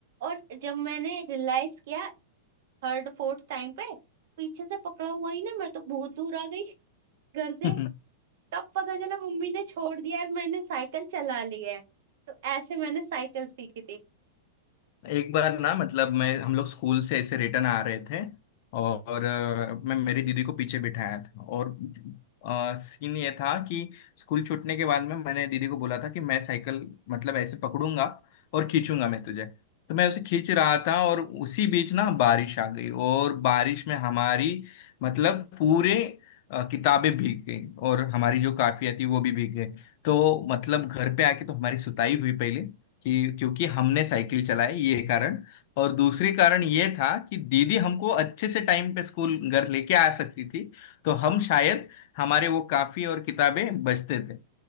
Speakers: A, on the right; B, on the left.
A: और जब मैंने रियलाइज किया थर्ड फोर्थ टाइम पे पीछे से पकड़ा हुआ ही ना मैं तो बहुत दूर आ गई घर से
B: है <laughs>
A: तब पता चला मम्मी ने छोड़ दिया और मैंने साइकिल चला ली है तो ऐसे मैंने साइकिल सीखी थी
B: एक बार ना मतलब मैं हम लोग स्कूल से ऐसे रिटर्न आ रहे थे और अ, मैं मेरी दीदी को पीछे बिठाया था और सीन ये था कि स्कूल छूटने के बाद में मैंने दीदी को बोला था कि मैं साइकिल मतलब ऐसे पकड़ूंगा और खींचूंगा मैं तुझे तो मैं उसे खींच रहा था और उसी बीच ना बारिश आ गई और बारिश में हमारी मतलब पूरे अ, किताबें भीग गई और हमारी जो काफिया थी वो भी भीग गई तो मतलब घर पे आके तो हमारी सुताई हुई पहले कि क्योंकि हमने साइकिल चलाई ये कारण और दूसरी कारण ये था कि दीदी हमको अच्छे से टाइम पे स्कूल घर लेके आ सकती थी तो हम शायद हमारे वो काफी और किताबें बचते थे